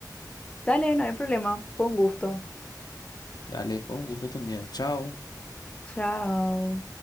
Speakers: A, on the left; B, on the left.
A: Dale, no hay problema. Fue un gusto.
B: Dale, fue un gusto también. Chao.
A: Chao.